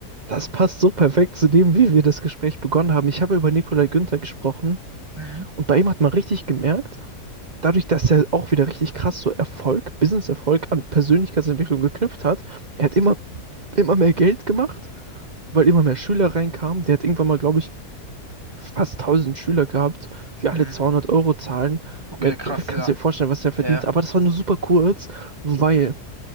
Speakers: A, on the right; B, on the right.
A: das passt so perfekt zu dem, wie wir das Gespräch begonnen haben. Ich habe über Nikolai Günther gesprochen
B: Mhm.
A: und bei ihm hat man richtig gemerkt, dadurch, dass er auch wieder richtig krass so Erfolg, Business-Erfolg an Persönlichkeitsentwicklung geknüpft hat, er hat immer, immer mehr Geld gemacht, weil immer mehr Schüler reinkamen. Der hat irgendwann mal, glaube ich, fast tausend Schüler gehabt, die alle
B: Mhm.
A: 200 Euro zahlen.
B: Okay,
A: Ne,
B: krass,
A: Kannst
B: ja.
A: dir vorstellen, was der verdient.
B: Ja,
A: Aber das war nur super kurz, weil